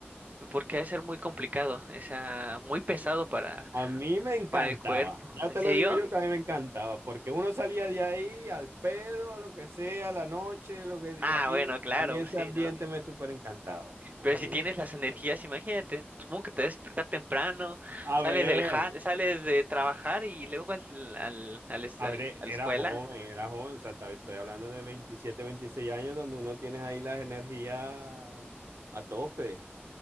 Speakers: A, on the right; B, on the right.
A: Porque ha de ser muy complicado, o sea, muy pesado para,
B: A mí me encantaba,
A: para el cuerpo.
B: ya
A: ¿En
B: te
A: serio?
B: lo digo yo que a mí me encantaba, porque uno salía de ahí al pedo, a lo que sea, a la noche, lo que sea.
A: Ah,
B: A mí,
A: bueno, claro,
B: a mí ese
A: pues sí,
B: ambiente
A: ¿no?
B: me súper encantaba. A
A: Pero si
B: mí-
A: tienes las energías, imagínate, supongo que te debes despertar temprano,
B: a
A: sales
B: ver,
A: del ja- sales de trabajar y luego al, al, al, es-
B: A
A: al-
B: ver, e-
A: a la
B: era
A: escuela.
B: joven, era joven, o sea, tal vez estoy hablando de 27, 26 años donde uno tiene ahí las energías a tope.